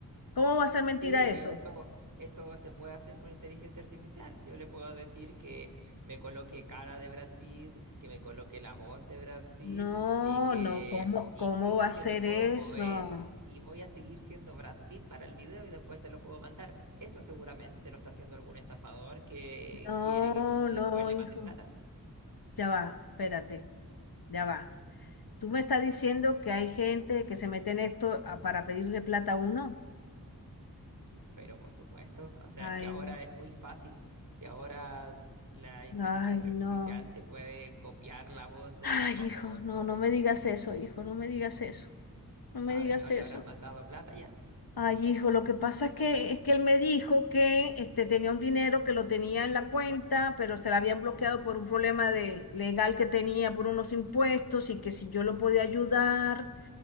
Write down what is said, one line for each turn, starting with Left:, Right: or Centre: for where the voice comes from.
Left: ¿Cómo va a ser mentira
Right: Sí, pero
Left: eso?
Right: eso, eso se puede hacer con inteligencia artificial. Yo le puedo decir que me coloque cara de Brad Pitt, que me coloque la voz de Brad Pitt
Left: No,
Right: y que
Left: no, ¿cómo,
Right: incluso
Left: cómo va a
Right: yo
Left: ser
Right: me puedo
Left: eso?
Right: mover y voy a seguir siendo Brad Pitt para el video y después te lo puedo mandar. Eso seguramente te lo está haciendo algún estafador que
Left: No,
Right: quiere que tú después
Left: no,
Right: le
Left: hijo.
Right: mandes plata.
Left: Ya va, espérate, ya va. ¿Tú me estás diciendo que hay gente que se mete en esto a- para pedirle plata a uno?
Right: Pero por supuesto, o sea,
Left: Ay,
Right: es que ahora es muy fácil. Si ahora la inteligencia
Left: ay, no.
Right: artificial te puede copiar la voz de
Left: Ay,
Right: un famoso.
Left: hijo, no, no me digas eso, hijo, no me digas eso. No me
Right: A
Left: digas
Right: ver, no
Left: eso.
Right: le habrás mandado plata ya.
Left: Ay, hijo, lo que pasa es que, es que él me dijo que este, tenía un dinero que lo tenía en la cuenta, pero se la habían bloqueado por un problema de, legal que tenía por unos impuestos y que si yo lo podía ayudar.